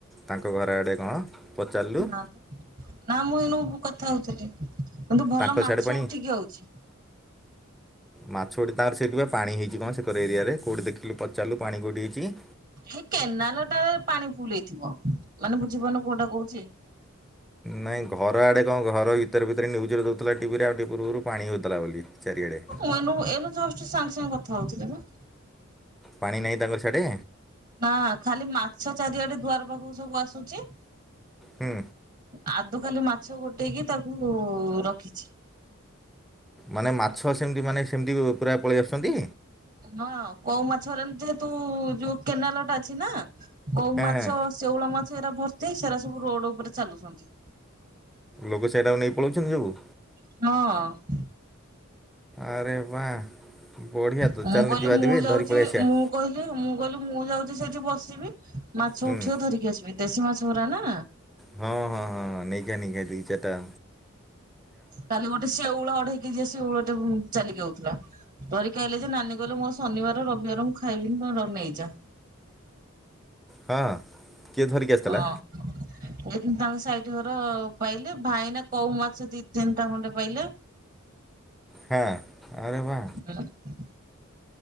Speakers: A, in the centre; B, on the right.
A: ତାଙ୍କ ଘର ଆଡ଼େ କଣ ପଚାରିଲୁ।
B: ନା ନା ମୁଁ ଏଣୁ କଥା ହଉଥିଲି। କିନ୍ତୁ ଭଲ
A: ତାଙ୍କ
B: ମାଛ
A: ସିଆଡ଼େ ପାଣି
B: ଉଠିକି ଅଉଛି।
A: ମାଛ ଗୋଟେ ତାର ସେଇଟୁ ପା ପାଣି ହେଇଚି କଣ ସେକର ଏରିଆରେ। କଉଟୁ ଦେଖିଲୁ ପଚାରିଲୁ ପାଣି କଉଟି ହେଇଚି।
B: ଏଇ କେନାଲ ଟାରେ ପାଣି ଫୁଲ ହେଇଥିବ। ମାନେ ବୁଝୀପରୁନ କୋଉଟା କହୁଚି।
A: ନାହିଁ ଘର ଆଡ଼େ କଣ ଘର ଭିତରେ-ଭିତରେ ନ୍ୟୁଜରେ ଦେଉଥିଲା ଟିଭିରେ ଆଉ ଟିକେ ପୂର୍ବରୁ ପାଣି ହେଉଥିଲା ବୋଲି ଚାରିଆଡ଼େ।
B: ମନୁ ଏଇନୁ ଜଷ୍ଟ ସାଙ୍ଗେ, ସାଙ୍ଗେ କଥା ହଉଥିଲି ନା।
A: ପାଣି ନାହିଁ ତାଙ୍କର ସିଆଡେ?
B: ନା ଖାଲି ମାଛ ଚାରିଆଡେ ଦୁଆାର ପାଖକୁ ସବୁ ଆସୁଚି।
A: ହୁଁ।
B: ଆଦୁ ଖାଲୁ ମାଛ ଗୋଟେଇକି ତାକୁ ରଖିଛି।
A: ମାନେ ମାଛ ସେମିତି ମାନେ ସେମିତି ଉ ପୁରା ପଳେଇ ଆସୁଚନ୍ତି।
B: ହଁ କଉ ମାଛରେନ ଯେହେତୁ ଯୋଉ କେନାଲ ଟା ଅଛି ନା। କଉ ମାଛ
A: ହେଁ
B: ସେଉଳ ମାଛ ଏରା ଭର୍ତ୍ତି ସେରା ସବୁ ରୋଡ ଉପରେ ଚାଲୁଛନ୍ତି।
A: ଲୋଗୁ ସେଇଟାକୁ ନେଇ ପଳଉଛନ୍ତି ସବୁ?
B: ହଁ।
A: ଆରେ ବା ବଢ଼ିଆ ତ
B: ମୁଁ
A: ଚାଲନି
B: କହିଲି
A: ଯିବା
B: ମୁଁ
A: ଟିକେ
B: ଯାଉଛି
A: ଧରି ପଳେଇ ଆସିବା।
B: ମୁଁ କହିଲି ମୁଁ କହିଲି ମୁଁ ଯାଉଚି ସେଇଠି ବସିବି। ମାଛ
A: ହୁଁ
B: ଉଠିବ ଧରିକି ଆସିବି। ଦେଶୀ ମାଛ ଉରା ନା।
A: ହଁ-ହଁ-ହଁ-ହଁ ନେଇକିଆ ନେଇକିଆ ଦି ଚାରଟା।
B: କାଲି ଗୋଟେ ସେଉଳ ଅଢେଇ କେଜିଆ ସେଉଳ ଟେ ବୁମ ଚାଲିିକି ଆଉଥିଲା। ଧରିକି ଆଇଲେ ଯେ ନାନୀ କହିଲେ ମୋର ଶନିବାର ରବିବାର ମୁଁ ଖାଇବିନି ତମର ନେଇଯା।
A: ହଁ। କିଏ ଧରିକି ଆସିଥିଲା
B: କ ଅଁ। ଏଇଟିନ ତାଙ୍କ ସାଇଟି ଘର ପାଇଲେ ଭାଇନା କୋଉ ମାଛ ଦି ତିନିଟା ଖଣ୍ଡେ ପାଇଲେ।
A: ଖା ଖାରେ ବା।
B: <unintelligible> ବଞ୍ଚିଚି